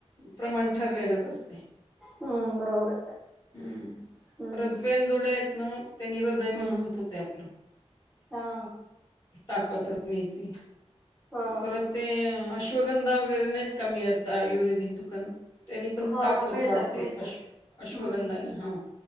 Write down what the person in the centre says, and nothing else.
हम्म, बरोबर आहे.
हम्म
हम्म
हा.
ह
ह
ह
ह मिळतात
मिळतात
हम्म
हम्म